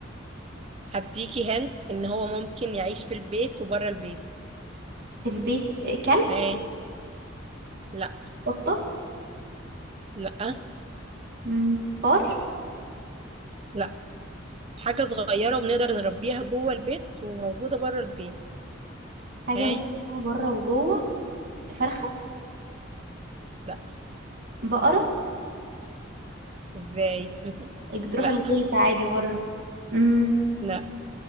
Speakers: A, on the right; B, on the right.
A: هديكي هند ان هو ممكن يعيش في البيت وبره البيت
B: في البيت آه، كلب
A: اه لا
B: قطة
A: لا
B: مم، فار
A: لا حاجة صغيرة وبنقدر نربيها جوه البيت وموجودة بره البيت
B: حاجة
A: اه
B: من بره وجوه فرخة
A: لا
B: بقرة
A: ازاي <laughs>
B: بتروح
A: لا
B: الغيط عادي بره مم،
A: لا